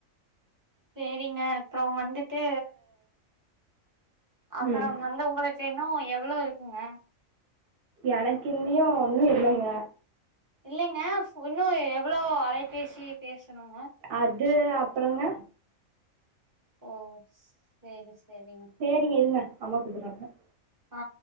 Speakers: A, on the right; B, on the right.
A: சேரிங்க அப்ரோ வந்துட்டு அப்ரோ
B: ம்
A: வந்து உங்க இன்னு எவ்வளோ இருக்குங்க
B: எனக்கு இன்னியு ஒன்னு இல்லங்க
A: இல்லங்க இன்னு எவ்ளோ அழைபேசி பேசனுங்க
B: அது அப்றோங்க
A: ஓ செரி செரிங்
B: சேரிங்க இருங்க அம்மா கூப்பட்ராங்க
A: ஆ